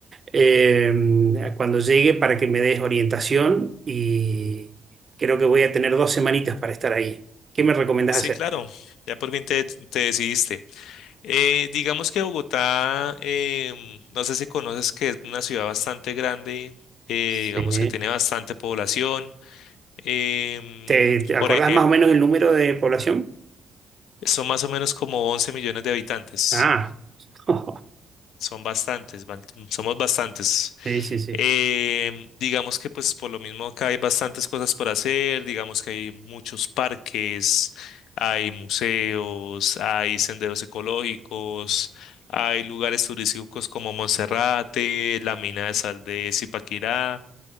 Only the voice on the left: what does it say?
Sí,
claro, ya por fin te, te decidiste. Eh, digamos que Bogotá, em, no sé si conoces que es una ciudad bastante grande, eh,
digamos que tiene bastante población. em,
por ejemplo,
son más o menos como 11 millones de habitantes.
Son bastantes, ban- somos bastantes.
Em, digamos que pues por lo mismo acá hay bastantes cosas por hacer, digamos que hay muchos parques, hay museos, hay senderos ecológicos, hay lugares turísticos como Monserrate, la mina de sal de Zipaquirá,